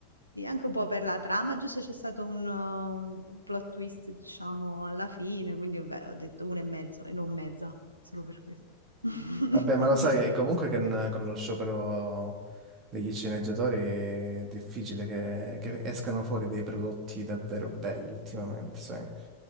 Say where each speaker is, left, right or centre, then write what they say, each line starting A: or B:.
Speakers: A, on the right (about 85°); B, on the right (about 35°).
A: Sì, anche un po' per la trama, giusto c'è stato un, uh, un plot twist, diciamo, alla fine, quindi vabbè, ho detto uno e mezzo e non mezza, solo per questo. <laughs>
B: Vabbè, ma lo sai comunque che n- con lo sciopero degli sceneggiatori è difficile che, che escano fuori dei prodotti davvero belli ultimamente, sai?